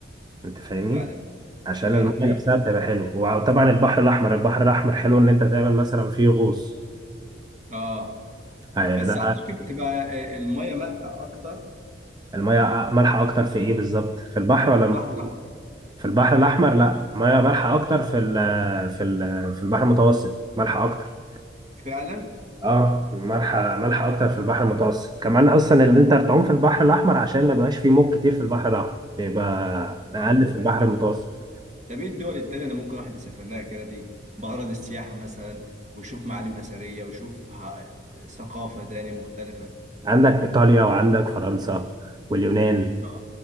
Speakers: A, on the right; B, on the right.
A: انت فاهمني
B: فعلا
A: عشان
B: فعلا
A: الميه
B: حقيقي
A: نفسها بتبقى حلوه وطبعا البحر الاحمر البحر الاحمر حلو ان انت تعمل مثلا فيه غوص
B: اه
A: آه،
B: بس
A: ده
B: اعتقد بتبقى آه، الميه مالحه اكتر
A: الميه مالحه اكتر في ايه بالظبط في البحر ولا
B: في البحر
A: في
B: الاحمر
A: في البحر الاحمر لا الميه مالحه اكتر في ال في ال في البحر المتوسط مالحه اكتر
B: فعلا
A: اه مالحه مالحه اكتر في البحر المتوسط كمان اصلا اللي انت تعوم في البحر الاحمر عشان ما بيبقاش فيه موج كتير في البحر الاحمر بيبقى اقل
B: اه
A: في البحر المتوسط
B: طب ايه الدول التانية اللي ممكن واحد يسافر لها كده دي بغرض السياحه مثلا ويشوف معالم اثريه ويشوف ح- ثقافه تاني مختلفه
A: عندك ايطاليا وعندك فرنسا واليونان
B: اه